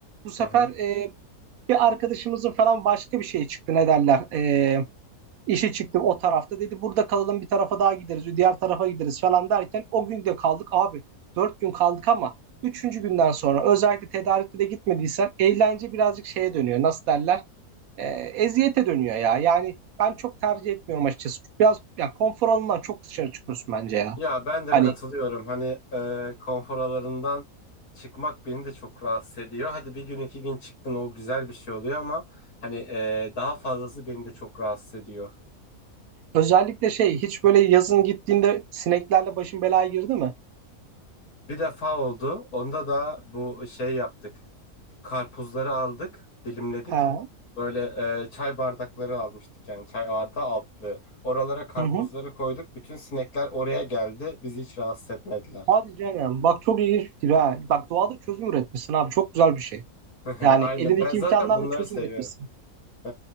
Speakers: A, on the right; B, on the left.
A: bu sefer
B: Hı hı.
A: e, bir arkadaşımızın falan başka bir şey çıktı. Ne derler? E, İşe çıktım o tarafta. Dedi burada kalalım bir tarafa daha gideriz. Diğer tarafa gideriz falan derken o gün de kaldık abi. Dört gün kaldık ama üçüncü günden sonra özellikle tedarikli de gitmediysen eğlence birazcık şeye dönüyor. Nasıl derler? Ee, eziyete dönüyor ya. Yani ben çok tercih etmiyorum açıkçası. Biraz ya konfor alanından çok dışarı çıkıyorsun bence ya.
B: Ya ben de
A: Hani
B: katılıyorum. Hani e, konfor alanından çıkmak beni de çok rahatsız ediyor. Hadi bir gün iki gün çıktın o güzel bir şey oluyor ama hani e, daha fazlası beni de çok rahatsız ediyor.
A: özellikle şey hiç böyle yazın gittiğinde sineklerle başın belaya girdi mi?
B: Bir defa oldu. Onda da bu şey yaptık. Karpuzları aldık, dilimledik.
A: Ha.
B: Böyle e, çay bardakları almıştık yani çay bardağı altlığı. Oralara karpuzları
A: Hı hı.
B: koyduk. Bütün sinekler oraya geldi. Bizi hiç rahatsız etmediler.
A: Hadi canım. Bak çok ilginç fikir ha. Bak doğada çözüm üretmişsin abi. Çok güzel bir şey.
B: <laughs>
A: Yani
B: Aynen.
A: elindeki
B: Ben zaten
A: imkanlarla
B: bunları
A: çözüm
B: seviyorum.
A: üretmişsin.
B: <laughs>